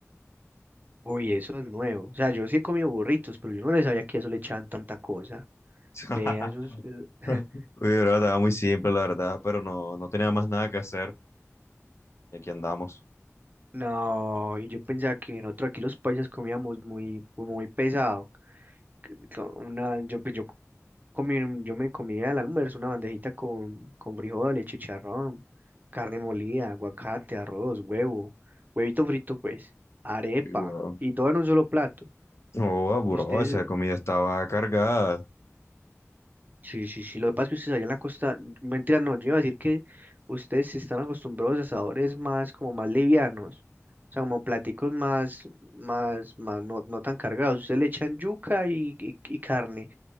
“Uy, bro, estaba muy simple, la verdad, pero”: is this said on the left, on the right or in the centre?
Left